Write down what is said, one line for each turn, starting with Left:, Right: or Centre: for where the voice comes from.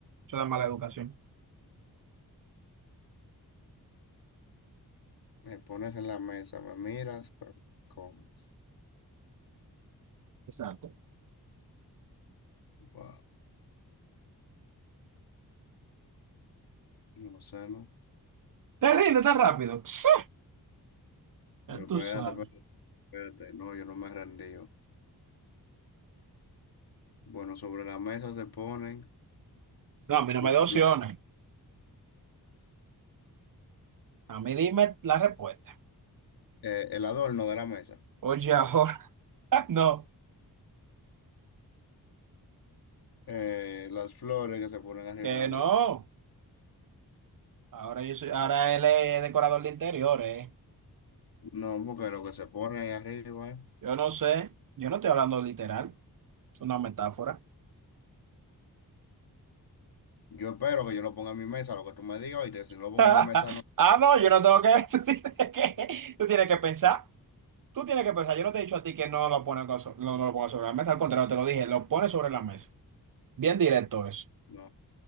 Right: Eso da mala educación.
Left: me pones en la mesa, me miras, pero me comes.
Right: Exacto.
Left: Wow, no sé, ¿no?
Right: Te rinde tan rápido. Pss, Ya
Left: Pero
Right: tú
Left: espérate,
Right: sabes.
Left: espérate, espérate, no, yo no me rendí. Bueno, sobre la mesa se ponen
Right: No, a mí no
Left: los
Right: me da opciones.
Left: pla-
Right: A mí dime la respuesta.
Left: eh, el adorno de la mesa,
Right: Oye, ahora. <laughs> No.
Left: eh, las flores que se ponen arriba
Right: Que
Left: de la mesa.
Right: no, ahora yo soy, ahora él es decorador de interiores.
Left: No, porque lo que se pone ahí arriba, eh,
Right: Yo no sé, yo no estoy hablando literal, es una metáfora.
Left: yo espero que yo lo ponga en mi mesa, lo que tú me digas, y si no
Right: <laughs>
Left: lo pongo
Right: Ah,
Left: en mi mesa, no,
Right: no, yo no tengo que, <laughs> tú tienes que, tú tienes que pensar, tú tienes que pensar. Yo no te he dicho a ti que no lo pones con so- no, no lo pongas sobre la mesa, al contrario, te lo dije, lo pones sobre la mesa. Bien directo eso.
Left: no,